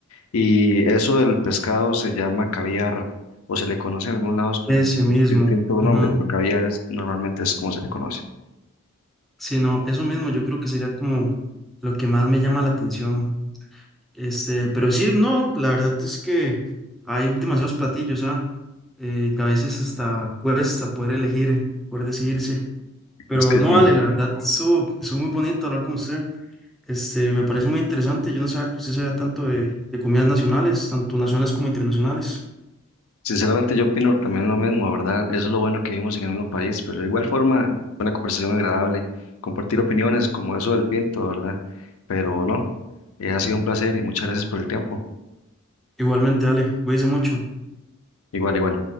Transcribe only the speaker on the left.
Y eso del pescado se llama caviar, o se le conoce en algunos lados con
distinto
nombre, pero caviar es, normalmente es como se le conoce.
Es que
sí.
Sinceramente yo opino también lo mismo, ¿verdad? Eso es lo bueno que vivimos en el mismo país, pero de igual forma fue una conversación agradable, compartir opiniones como eso del Pinto, ¿verdad? Pero no, eh, ha sido un placer y muchas gracias por el tiempo.
Igual, igual.